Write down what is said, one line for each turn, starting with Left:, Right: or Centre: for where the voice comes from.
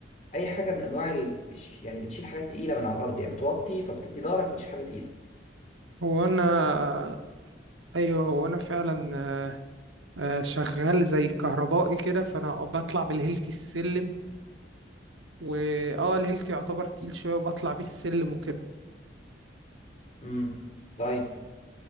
Left: أي حاجة من أنواع ال... الش- يعني بتشيل حاجات تقيلة من على الأرض يعني بتوطي فبتدي ظهرك وتشيل حاجة تقيلة
Right: هو انا ايوه هو انا فعلا آه، شغال زي كهربائي كده فانا بطلع بالهيلتي السلم واه الهيلتي يعتبر تقيل شويه وبطلع بيه السلم وكده
Left: امم طيب